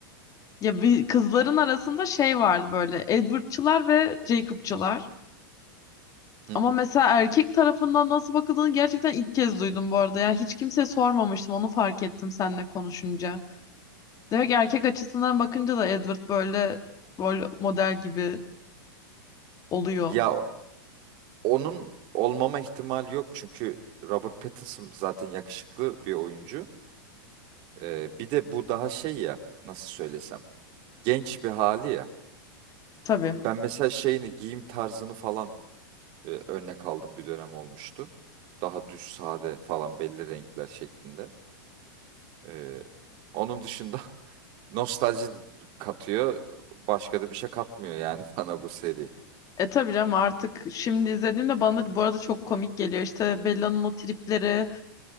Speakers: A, on the left; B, on the right.
A: Ya bir kızların arasında şey vardı böyle Edward'çılar ve Jacob'çılar.
B: Hı
A: Ama
B: hı.
A: mesela erkek tarafından nasıl bakıldığını gerçekten ilk kez duydum bu arada. Ya hiç kimseye sormamıştım. Onu fark ettim seninle konuşunca. Demek ki erkek açısından bakınca da Edward böyle rol model gibi oluyor.
B: Ya onun olmama ihtimali yok çünkü Robert Pattinson zaten yakışıklı bir oyuncu. Ee, bir de bu daha şey ya nasıl söylesem genç bir hali ya.
A: Tabii.
B: Ben mesela şeyini giyim tarzını falan e, örnek aldım bir dönem olmuştu. Daha düz sade falan belli renkler şeklinde. Ee, onun dışında <laughs> nostalji katıyor. Başka da bir şey katmıyor yani <laughs> bana bu seri.
A: E tabii canım artık şimdi izlediğimde bana da bu arada çok komik geliyor. İşte Bella'nın o tripleri